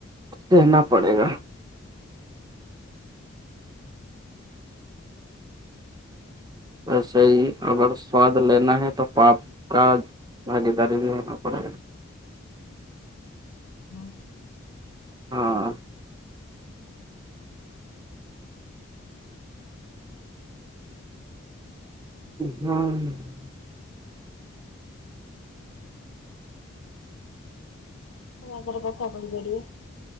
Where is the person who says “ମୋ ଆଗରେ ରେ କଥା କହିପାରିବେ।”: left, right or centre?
Left